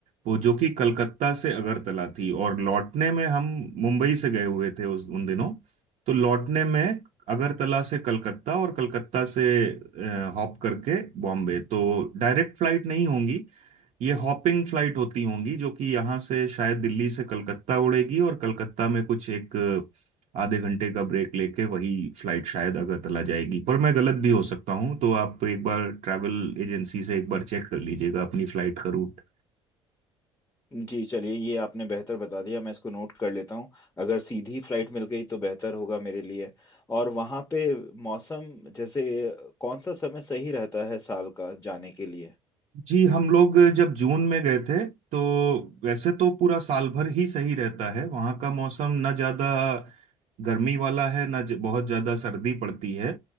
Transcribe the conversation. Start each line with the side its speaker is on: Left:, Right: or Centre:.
Right: वो जो कि कलकत्ता से अगरतला थी और लौटने में हम मुंबई से गए हुए थे उस उन दिनों तो लौटने में अगरतला से कलकत्ता और कलकत्ता से अ, हॉप करके बॉम्बे तो डायरेक्ट फ्लाइट नहीं होंगी ये हॉपिंग फ्लाइट होती होंगी जो कि यहाँ से शायद दिल्ली से कलकत्ता उड़ेगी और कलकत्ता में कुछ एक अ, आधे घंटे का ब्रेक लेके वही फ्लाइट शायद अगरतला जाएगी पर मैं गलत भी हो सकता हूँ तो आप एक बार ट्रैवल एजेंसी से एक बार चेक कर लीजिएगा अपनी फ्लाइट का रूट
Left: जी चलिए ये आपने बेहतर बता दिया मैं इसको नोट कर लेता हूँ अगर सीधी फ्लाइट मिल गई तो बेहतर होगा मेरे लिए और वहाँ पे मौसम जैसे कौन सा समय सही रहता है साल का जाने के लिए
Right: जी हम लोग जब जून में गए थे तो वैसे तो पूरा साल भर ही सही रहता है वहाँ का मौसम ना ज़्यादा गर्मी वाला है ना ज- बहुत ज़्यादा सर्दी पड़ती है